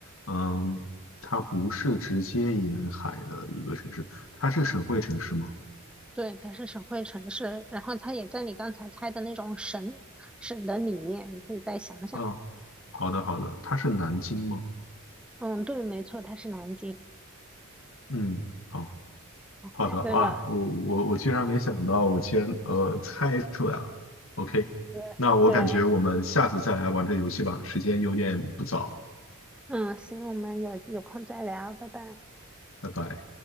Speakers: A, on the left; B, in the centre.
A: 嗯，它不是直接沿海的一个城市，它是省会城市吗？
B: 对，它是省会城市，然后它也在你刚才猜的那种省省的里面，你可以再想想。
A: 啊，好的好的，它是南京吗？
B: 嗯，对，没错，它是南京，
A: 嗯。好。好的啊，
B: 猜对了。
A: 我我我居然没想到，我竟然呃猜出来了。OK，
B: 对。
A: 那我感觉我们下次再来玩这游戏吧，
B: 对，
A: 时间有点不早，
B: 嗯，行，我们有有空再聊，拜拜。
A: 拜拜。